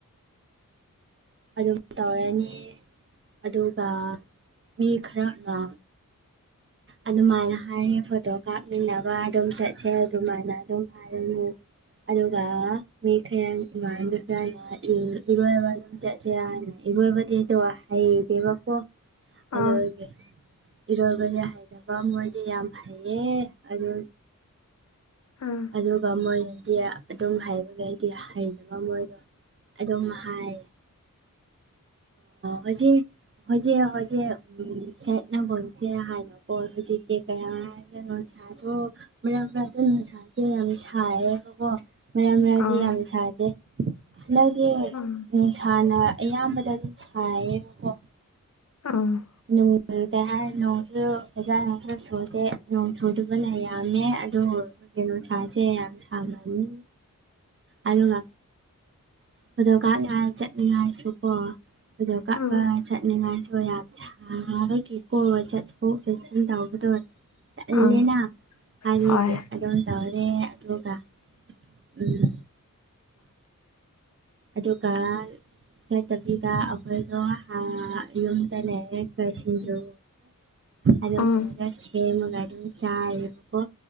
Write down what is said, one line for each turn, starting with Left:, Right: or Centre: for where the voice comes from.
Right: ꯑꯗꯨꯝ ꯇꯧꯔꯅꯤ ꯑꯗꯨꯒ ꯃꯤ ꯈꯔꯅ ꯑꯗꯨꯃꯥꯏꯅ ꯍꯥꯏꯔꯦ ꯐꯣꯇꯣ ꯀꯥꯞꯃꯤꯟꯅꯕ ꯑꯗꯨꯝ ꯆꯠꯁꯦ ꯑꯗꯨꯃꯥꯏꯅ ꯑꯗꯨꯝ ꯑ <unintelligible> ꯑꯗꯨꯒ ꯃꯤ ꯈꯔꯅ ꯏꯃꯥꯟꯅꯕꯤ ꯈꯔꯅ ꯏꯔꯣꯏꯕ ꯆꯠꯁꯦ ꯍꯥꯏꯅ ꯏꯔꯣꯏꯕꯗꯤꯀꯣ ꯍꯩꯇꯦꯕꯀꯣ
Left: ꯑꯥ
Right: ꯑꯗꯨꯒꯤ ꯏꯔꯣꯏꯕꯗꯤ ꯍꯩꯇꯦꯀꯣ ꯃꯣꯏꯗꯤ ꯌꯥꯝ ꯐꯩꯌꯦ ꯑꯗꯨ
Left: ꯑꯥ
Right: ꯑꯗꯨꯒ ꯃꯣꯏꯅꯗꯤ ꯑꯗꯨꯝ ꯍꯩꯕꯒꯤ ꯑꯩꯗꯤ ꯍꯩꯇꯕ ꯃꯣꯏꯒ ꯑꯗꯨꯝ ꯍꯥꯏ ꯍꯧꯖꯤꯛ ꯍꯧꯖꯤꯛ ꯍꯧꯖꯤꯛ ꯁꯦꯠꯅꯕꯣꯟꯁꯦꯔ ꯍꯥꯏꯕꯀꯣ ꯍꯧꯖꯤꯛꯇꯤ ꯀꯌꯥ ꯅꯨꯡꯁꯥꯁꯨ ꯃꯔꯛ ꯃꯔꯛ ꯗꯨꯝ ꯁꯥꯏꯌꯦ <unintelligible> ꯌꯥꯝ ꯁꯥꯏꯌꯦꯕꯀꯣ ꯃꯔꯛ ꯃꯔꯛꯗꯤ
Left: ꯑꯥ ꯑꯥ
Right: ꯌꯥꯝꯅ ꯁꯥꯗꯦ ꯍꯟꯗꯛꯇꯗꯤ
Left: ꯎꯝ
Right: ꯅꯨꯡꯁꯥꯅ ꯑꯌꯥꯝꯕꯗ ꯑꯗꯨꯝ ꯁꯥꯏꯌꯦꯕꯀꯣ
Left: ꯎꯝ
Right: ꯅꯣꯡ ꯀꯩ ꯍꯥꯏꯔꯤꯅꯣ ꯅꯣꯡꯁꯨ ꯐꯖꯥꯅꯁꯨ ꯆꯨꯗꯦ ꯅꯣꯡ ꯆꯨꯗꯕꯅ ꯌꯥꯝꯃꯦ ꯑꯗꯨ ꯅꯣꯡꯁꯥꯁꯦ ꯌꯥꯝ ꯁꯥꯡꯕꯅꯤ ꯑꯗꯨꯒ ꯐꯣꯇꯣ ꯀꯥꯞꯅꯤꯉꯥꯏ ꯆꯠꯅꯤꯉꯥꯏꯁꯨꯀꯣ ꯐꯣꯇꯣ ꯀꯥꯞꯄ
Left: ꯎꯝ
Right: ꯆꯠꯅꯤꯉꯥꯏꯁꯨ ꯌꯥꯝ ꯕꯔꯃꯗꯒꯤꯀꯣ ꯆꯠꯊꯣꯛ ꯆꯠꯁꯤꯟ ꯇꯧꯕꯗꯨ ꯑꯂꯦꯅꯥ
Left: ꯎꯝ
Right: <unintelligible>
Left: ꯍꯣꯏ
Right: ꯒꯤ ꯑꯗꯨꯝ ꯇꯧꯔꯦ ꯑꯗꯨꯒ ꯎꯝ ꯑꯗꯨꯀꯟ ꯆꯠꯇꯕꯤꯗ ꯑꯈꯣꯏꯗꯣ ꯑ ꯌꯨꯝꯗ ꯂꯩꯔꯒ ꯁꯤꯡꯖꯨ ꯑꯗꯣ
Left: ꯎꯝ
Right: <unintelligible> ꯁꯦꯝꯃꯒ ꯑꯗꯨꯝ ꯆꯥꯔꯦꯕꯀꯣ